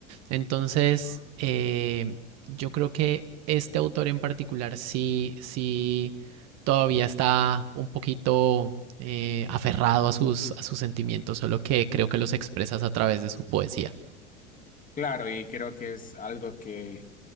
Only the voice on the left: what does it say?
Claro, y creo que es algo que